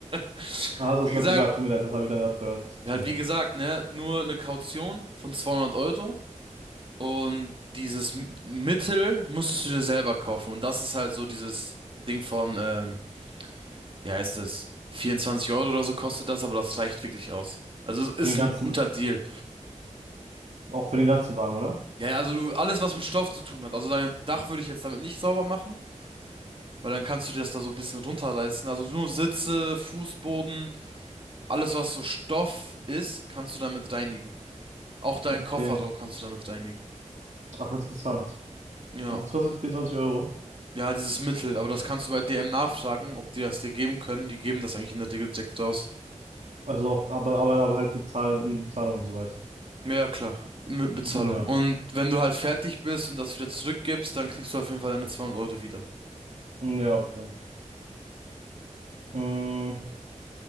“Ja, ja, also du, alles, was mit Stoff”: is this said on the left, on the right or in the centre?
Right